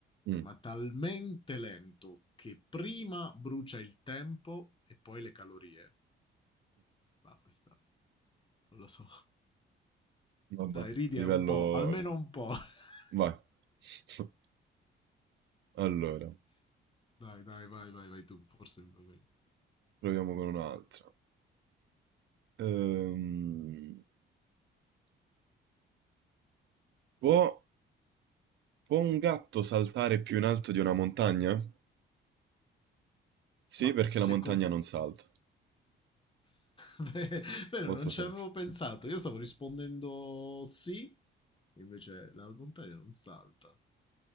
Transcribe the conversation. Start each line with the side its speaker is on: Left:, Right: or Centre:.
Right: Mm,
Left: ma talmente lento che prima brucia il tempo e poi le calorie. Ma questa non lo so.
Right: Vabbè,
Left: Dai, ridi
Right: livello...
Left: un po', almeno un po'. <laughs>
Right: Vai. <laughs> Allora,
Left: Dai, dai, vai, vai, vai tu, forse vai meglio.
Right: proviamo con un'altra. Ehm, può, può un gatto saltare più in alto di una montagna? Sì,
Left: Ma
Right: perché
Left: secondo
Right: la montagna non salta.
Left: me, <laughs> non
Right: Molto
Left: ci
Right: semplice,
Left: avevo pensato. Io stavo rispondendo sì, invece la montagna non salta.